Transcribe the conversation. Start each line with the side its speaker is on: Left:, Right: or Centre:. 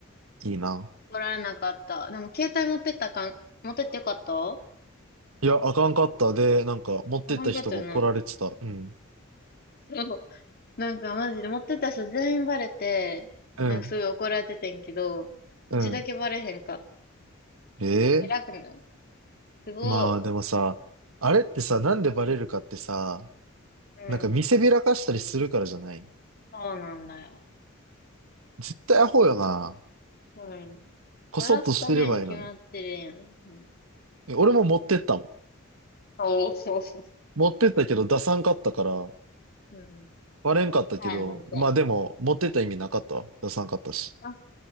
Right: いいな。
Left: 怒られなかった。でも携帯持ってったかん、持ってってよかった
Right: いや、あかんかった。で、なんか、持ってった人が怒られてた。
Left: あかんかったよな。
Right: うん。
Left: そう。なんかマジで持ってた人全員バレて、
Right: うん。
Left: なんかすごい怒られててんけど、
Right: うん。
Left: うちだけバレへんかっ
Right: ええ
Left: た。偉くないすごい。
Right: ー、まあ、でもさ、あれってさ、なんでバレるかってさ、
Left: うん。
Right: なんか見せびらかしたりするからじゃない
Left: そうなんだよ。
Right: 絶対アホよな。
Left: うん。
Right: こそっとしてればいいのに。
Left: バラすために決まってるやん。うん
Right: え俺も持ってったもん。
Left: おー、そうそ
Right: 持ってったけど出さんかったから、
Left: う。うん。
Right: バレんかったけど、
Left: 3年んて。
Right: まあでも、持ってった意味なかったわ。出さんかったし。
Left: あ、